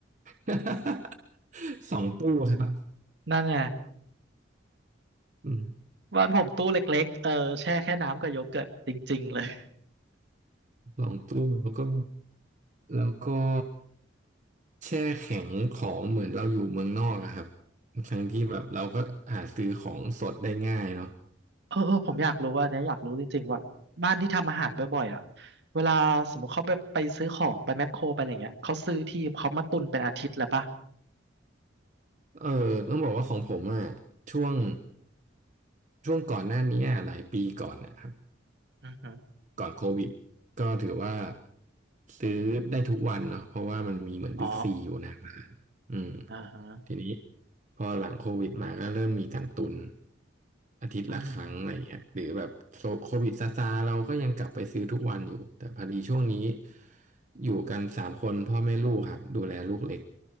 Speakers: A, on the right; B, on the right.
A: <laughs> สองตู้ครับ
B: นั่นไง
A: อืม
B: บ้านผมตู้เล็กๆเออแช่แค่น้ำกับโยเกิร์ตจริงๆเลย
A: สองตู้แล้วก็ แล้วก็แช่แข็งของเหมือนเราอยู่เมืองนอกอะครับทั้งที่แบบเราก็หาซื้อของสดได้ง่ายเนาะ
B: <laughs> เออเออผมอยากรู้ว่าอันเนี้ยอยากรู้จริงๆว่าบ้านที่ทำอาหารบ่อยๆอ่ะเวลาสมมติเขาไปไปซื้อของไปแมคโครไปอะไรเงี้ยเขาซื้อที่เขามาตุนเป็นอาทิตย์เลยปะ
A: เออต้องบอกว่าของผมอะช่วงช่วงก่อนหน้านี้อะหลายปีก่อนนะครับ
B: อือฮึ
A: ก่อนโควิดก็ถือว่าซื้อได้ทุกวันเนาะเพราะว่ามันมีเหมือนบิ๊กซีอยู่หน้าบ้านอืม
B: อ๋ออ่าฮะ
A: ทีนี้พอหลังโควิดมาก็เริ่มมีการตุนอาทิตย์ละครั้งอะไรอย่างเงี้ยหรือแบบ
B: อืม
A: โควิดซาซาๆเราก็ยังกลับไปซื้อทุกวันอยู่แต่พอดีช่วงนี้อยู่กันสามคนพ่อแม่ลูกครับดูแลลูกเล็ก